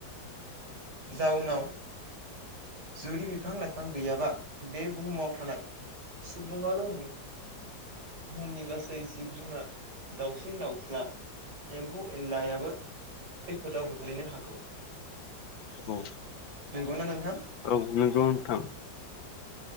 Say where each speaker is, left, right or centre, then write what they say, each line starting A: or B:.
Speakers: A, on the right; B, on the left.
A: जाउनाव जुदि बिफां लाइफां गैयाबा बे बुहुमाव थानाय सुबुं आनो बुहुमनि गासै जिब जुनार दाउसिन दाउस्ला एम्फौ एनलायाबो खैफोदाव गोग्लैनो हागौ
B: औ
A: नंगौना नोंथां
B: औ नोंगौ नथां